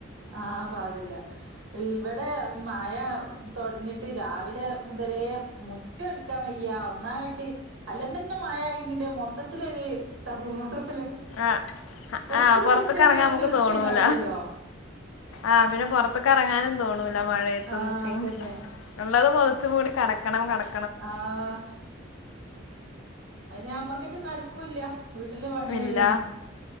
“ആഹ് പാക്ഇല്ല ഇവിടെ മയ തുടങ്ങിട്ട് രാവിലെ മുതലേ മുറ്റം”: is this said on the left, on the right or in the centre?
Right